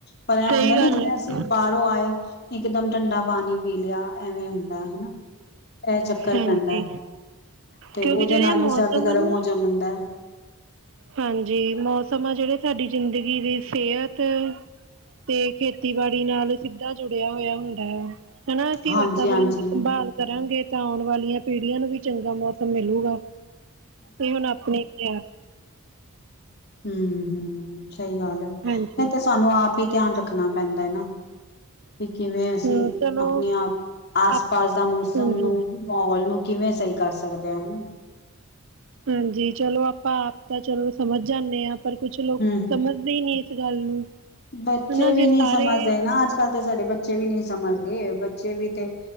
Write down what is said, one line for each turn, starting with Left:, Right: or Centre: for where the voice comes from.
Left: ਪਰ ਇਹ
Right: ਸਹੀ
Left: ਹੁੰਦਾ ਨਾ
Right: ਗੱਲ
Left: ਜਿਵੇਂ
Right: ਹੈ
Left: ਅਸੀਂ ਬਾਹਰੋਂ ਆਏ ਇੱਕ ਦਮ ਠੰਡਾ ਪਾਣੀ ਪੀ ਲਿਆ ਐਵੇਂ ਹੁੰਦਾ ਹਨਾ। ਇਹ ਚੱਕਰ
Right: ਹਾਂਜੀ
Left: ਪੈਂਦਾ ਤੇ
Right: ਕਿਉਂਕਿ
Left: ਉਹਦੇ
Right: ਜਿਹੜੇ
Left: ਨਾਲ
Right: ਮੌਸਮ
Left: ਵੀ ਸਰਦ ਗਰਮ
Right: ਨੇ
Left: ਹੋ ਵ ਜਾਂਦਾ।
Right: ਹਾਂਜੀ ਮੌਸਮ ਆ ਜਿਹੜੇ ਸਾਡੀ ਜ਼ਿੰਦਗੀ ਦੀ ਸਿਹਤ ਤੇ ਖੇਤੀਬਾੜੀ ਨਾਲ ਸਿੱਧਾ ਜੁੜਿਆ ਹੋਇਆ ਹੁੰਦਾ ਹੈ। ਹਨਾ ਅਸੀਂ
Left: ਹਾਂਜੀ
Right: ਵਾਤਾਵਰਨ
Left: ਹਾਂਜੀ
Right: ਦੀ ਸੰਭਾਲ ਕਰਾਂਗੇ। ਤਾਂ ਆਉਣ ਵਾਲੀਆਂ ਪੀੜ੍ਹੀਆਂ ਨੂੰ ਵੀ ਚੰਗਾ ਮੌਸਮ ਮਿਲੂਗਾ ਤੇ ਹੁਣ ਆਪਣੇ ਕਿਆ
Left: ਹੂੰ ਹੂੰ ਸਈ ਗੱਲ
Right: ਹਾਂਜੀ
Left: ਐ ਤੇ ਸਾਨੂੰ ਆਪ ਹੀ ਧਿਆਨ ਰੱਖਣਾ ਪੈਂਦਾ ਐ ਨਾ। ਵੀ ਕਿਵੇਂ ਅਸੀਂ
Right: ਹਮ ਚਲੋ
Left: ਆਪਣੇ ਆਪ ਆਸ
Right: ਆਪ
Left: ਪਾਸ ਦਾ ਮੌਸਮ
Right: ਹਾਂਜੀ
Left: ਨੂੰ ਮਾਹੌਲ ਨੂੰ ਕਿਵੇਂ ਸਈ ਕਰ ਸਕਦੇ ਆਂ
Right: ਹਾਂਜੀ ਚਲੋ ਆਪਾਂ ਆਪ ਤਾਂ ਚਲੋ ਸਮਝ ਜਾਂਣੇ ਆਂ ਪਰ ਕੁਛ ਲੋਕ
Left: ਹਮ
Right: ਸਮਝ ਨਈ-ਨਈ ਇਸ ਗੱਲ ਨੂੰ
Left: ਬੱਚੇ
Right: ਹਨਾ
Left: ਵੀ
Right: ਜੇ
Left: ਨਈ
Right: ਸਾਰੇ
Left: ਸਮਝਦੇ ਨਾ ਅੱਜ ਕੱਲ੍ਹ ਤਾਂ ਸਾਡੇ ਬੱਚੇ ਵੀ ਨਈ ਸਮਝਦੇ ਬੱਚੇ ਵੀ ਤੇ